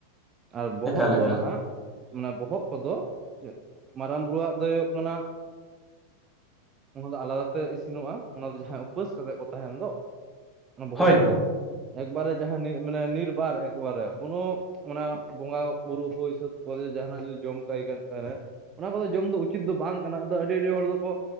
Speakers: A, on the right (about 25°); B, in the centre.
A: ᱟᱨ ᱵᱚᱦᱚᱜ
B: ᱮᱠᱟᱞ
A: ᱫᱚ
B: ᱮᱠᱟᱞ
A: ᱱᱟᱦᱟᱜ ᱢᱟᱱᱮ ᱵᱚᱦᱚᱜ ᱠᱚᱫᱚ ᱢᱟᱨᱟᱝ ᱵᱩᱨᱩᱣᱟᱜ ᱫᱚ ᱦᱳᱭᱳᱜ ᱠᱟᱱᱟ ᱚᱱᱟ ᱫᱚ ᱟᱞᱟᱫᱟ ᱛᱮ ᱤᱥᱤᱱᱚᱜᱼᱟ ᱚᱱᱟ ᱡᱟᱦᱟᱸᱭ ᱩᱯᱟᱹᱥ ᱠᱟᱛᱮᱜ ᱠᱚ ᱛᱟᱦᱮᱱ ᱫᱚ ᱚᱱᱟ ᱵᱚᱦᱚᱜ
B: ᱦᱳᱭ
A: ᱠᱚᱫᱚ
B: ᱦᱳᱭ
A: ᱮᱠᱵᱟᱨᱮ ᱡᱟᱦᱟᱸ <inaudible> ᱢᱟᱱᱮ ᱱᱤᱨᱵᱟᱨ ᱮᱠᱵᱟᱨᱮ ᱠᱳᱱᱳ ᱢᱟᱱᱮ ᱵᱚᱸᱜᱟ ᱵᱩᱨᱩ ᱦᱩᱭ ᱥᱟᱹᱛ <inaudible> ᱡᱟᱦᱟᱱᱟᱜ <inaudible> ᱡᱚᱢ ᱠᱟᱭ ᱠᱟᱱᱟ ᱚᱱᱟ ᱠᱚᱫᱚ ᱡᱚᱢ ᱫᱚ ᱩᱪᱤᱛ ᱫᱚ ᱵᱟᱝ ᱠᱟᱱᱟ ᱟᱫᱚ ᱟᱹᱰᱤ ᱟᱹᱰᱤ ᱦᱚᱲ ᱫᱚᱠᱚ